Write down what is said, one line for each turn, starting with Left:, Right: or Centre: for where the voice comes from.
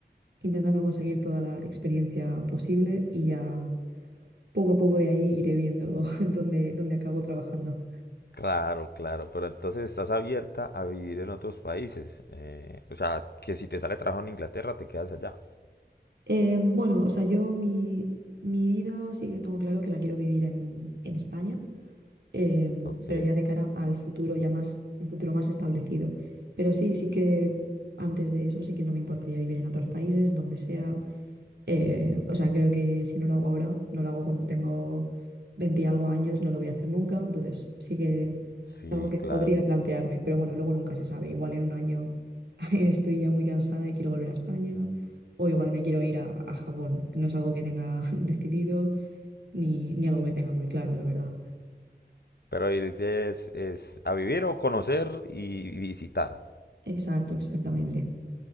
Right: intentando conseguir toda la experiencia posible y ya poco a poco de ahí iré viendo <laughs> dónde, dónde acabo trabajando.
Left: Claro, claro. Pero entonces estás abierta a vivir en otros países. eh, o sea, que si te sale trabajo en Inglaterra, te quedas allá.
Right: Eh, bueno, o sea, yo mi, mi vida sí que tengo claro que la quiero vivir en, en España, eh,
Left: Ok,
Right: pero ya de cara al futuro, ya más, un futuro más establecido. Pero sí, sí que antes de eso sí que no me importaría vivir en otros países, donde sea. Eh, o sea, creo que si no lo hago ahora, no lo hago cuando tengo 20 y algo años, no lo voy a hacer nunca. Entonces, sí que
Left: sí,
Right: algo que
Left: claro.
Right: podría plantearme, pero bueno, luego nunca se sabe. Igual en un año <laughs> estoy ya muy cansada y quiero volver a España, o igual me quiero ir a, a Japón. No es algo que tenga <laughs> decidido ni, ni algo que tenga muy claro, la verdad.
Left: Pero y es es a vivir o conocer y visitar.
Right: Exacto, exactamente.